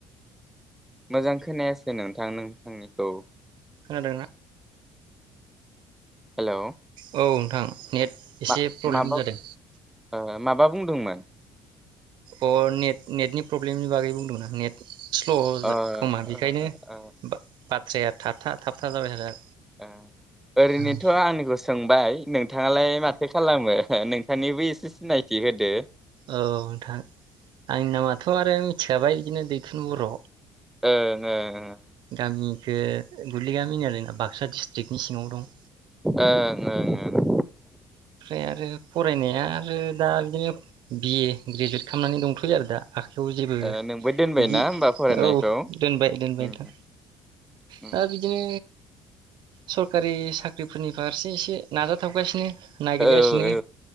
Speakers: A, in the centre; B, on the right.
A: मोजां खोनायासै नोंथां नोंथांनिखौ।
B: खोनादोंना?
A: हेलौ।
B: औ नोंथां नेट एसे
A: मा
B: प्रब्लेम
A: माबा
B: जादों
A: ओ माबा बुंदोंमोन?
B: अ नेट नेटनि प्रब्लेमनि बागै बुंदोंमोन आं नेट स्ल'
A: ओ
B: खोमा बेखायनो
A: ओ ओ ओ
B: बाथ बाथ्राया थाबथा थाबथा जाबाय थादों
A: ओ ओरैनोथ'
B: आरो
A: आंनिखौ सोंबाय। नोंथाङालाय माथो खालामो नों? थांनिबो एसे सिनायखि होदो।
B: औ नोंथां आंनि नामाथ' आरो मिथिखाबाय बिदिनो दैथुन बर'।
A: ओ ओं।
B: गामिखौ गुलि गामि बाख क्सा डिस्ट्रिक्टनि सिङाव दं।
A: ओं ओं ओं
B: ओमफ्राय आरो फरायनाया आरो दा बिदिनो बि ए ग्रेजुवेट खालामनानै दंथ'यो आरो दा। आखाइयाव जेबो
A: ओ नोंबो दोनबायना
B: बिदि
A: होमबा फरायनायखौ
B: औ दोनबाय दोनबाय
A: उम
B: नोंथां
A: उम
B: दा बिदिनो सरखारि साख्रिफोरनि फारसे एसे नाजाथाबगासिनो नागिरगासिनो
A: औ औ